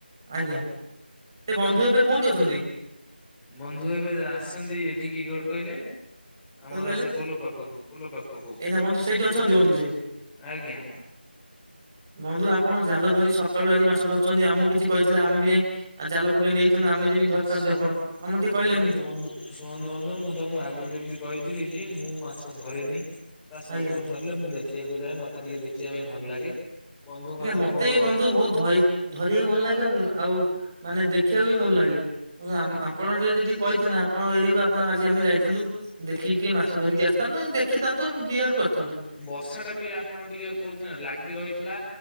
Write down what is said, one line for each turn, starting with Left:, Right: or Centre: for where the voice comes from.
Right: ଆଜ୍ଞା ସେ ବନ୍ଧୁ ଏବେ କୋଉଟି ଅଛନ୍ତି?
Centre: ବନ୍ଧୁ ଏବେ ଆସଛନ୍ତି ଏଠିକି କୋଉଟି କହିଲେ? ଆମର
Right: କଣ କହିଲେ
Centre: ସେ ପୋଲ ପାଖକୁ ପୋଲ ପାଖକୁ
Right: ଏଇନା ବନ୍ଧୁ ସେଇଠି ଅଛନ୍ତି ବନ୍ଧୁ ସିଏ।
Centre: ଆଜ୍ଞା।
Right: ବନ୍ଧୁ ଆପଣ ଜାଲ ଧରି ସକାଳୁ ଆଜି ମାଛ ଧରୁଚନ୍ତି, ଆମୁକୁ କିଛି କହିଥିଲେ ଆମେ ବି ଯାଇଁ ଆଉ ଜାଲ ପକେଇ ନେଇଥାନ୍ତୁ ଆମେ ଯେମିତି ଧରିଥାନ୍ତୁ
Centre: ଶୁଣନ୍ତୁ
Right: ଆପଣ ଆମକୁ ଟିକେ କହିଲେନି
Centre: ଶୁଣନ୍ତୁ ବନ୍ଧୁ ଶୁଣନ୍ତୁ ବନ୍ଧୁ ମୁଁ ତମକୁ ଆଗରୁ ଯେମିତି କହିଥିଲି କି ମୁଁ ମାଛ ଧରେନି, ବାସ୍
Right: ଆଜ୍ଞା
Centre: ଲୋକ ଧର ଲେ ମୁଁ ଦେଖିବାକୁ ଯାଏ ମତେ ଟିକେ ଦେଖିବା ପାଇଁ ଭଲ ଲାଗେ। ବନ୍ଧୁ ମାନେ
Right: ଆଜ୍ଞା ମତେ
Centre: ମୋ
Right: ବି
Centre: ସେ
Right: ବନ୍ଧୁ ବହୁତ୍ ଧରିବାକୁ ଭଲ ଲାଗେ ଆଉ ମାନେ ଦେଖିବାକୁ ବି ଭଲ୍ ଲାଗେ। ଆପଣ ଟିକେ ଯଦି ଟିକେ କହିଥାନ୍ତେ ଆପଣଙ୍କ ଏରିଆକୁ ଆପଣ ଆଜି ଆମେ ଯାଇଥାନ୍ତୁ। ଦେଖିକି ଟିକେ ମାଛ ଧରିକି ଆସିଥାନ୍ତୁ ନାଇଁ ଦେଖିଥାନ୍ତୁ ଆମେ ଦି ଆଡୁ କରିଥାନ୍ତୁ।
Centre: ବର୍ଷା ଟା ବି ଆପଣ ଟିକେ କହୁଛନ୍ତି ଲାଗି ରହିଥିଲା